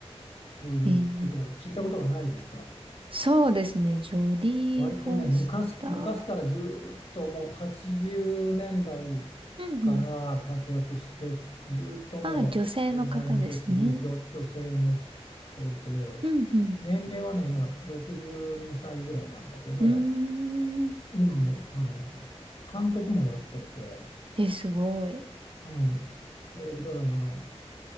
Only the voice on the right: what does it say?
ー。えーそうですね。ジョディ・
フォスター。
うんうん
あ、女性の方ですね。
うん、うん。
うーん。
え、すごい。